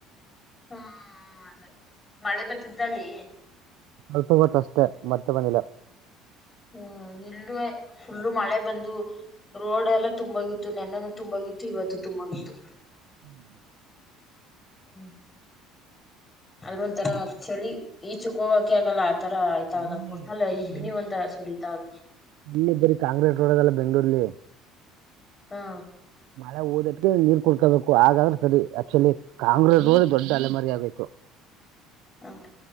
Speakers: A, on the left; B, on the right.
A: ಹ್ಮ್ ಅದೇ ಮಳೆ ಬತಿದ್ದಲ್ಲಿ
B: ಅಪ ಹೊತ್ತು ಅಷ್ಟೆ ಮತ್ತೆ ಬಂದಿಲ್ಲ
A: ಹ್ಮ ಎಲ್ಲ ಫುಲ್ಲು ಮಳೆ ಬಂದು ರೋಡ್ ಎಲ್ಲಾ ತುಂಬಾಗಿತ್ತು ನೆನ್ನನು ತುಂಬಾಗಿತ್ತು ಇವತ್ತು ತುಂಬಾಗಿತ್ತು
B: ಹ್ಮ್
A: ಹ್ಮ್ ಆದ್ರ ಒಂಂತರ ಚಳಿ ಈಚಕ್ ಹೋಗಕೆ ಆಗಲ್ಲ ಆತರ
B: ಎಲ್ಲಿ
A: ಒಟ್ನ ಇಬ್ನಿ
B: ಎಲ್ಲಿ
A: ಒಂಂತರ ಸುರಿತದ
B: ಇಲ್ಲಿ ಬರೀ ಕಾಂಗ್ರೆಸ್ ೋಡೋದಲ್ಲ ಬೆಂಗಗಳೂರ್ಲ್ಲಿ
A: ಹಾ
B: ಮಳೆ ಓದಟ್ಟಕ ನೀರ್ ಕುಡ್ಕೋಬೇಕು ಹಾಗಾದ್ರೆ ಸರಿ ಆಕ್ಚುಲಿ ಕಾಂಗ್ರೆಸ್ ಹೋಗಿ ದೊಡ್ಡ ಅಲೆಮಾರಿ ಆಗೋಯ್ತು.
A: ಹೌದ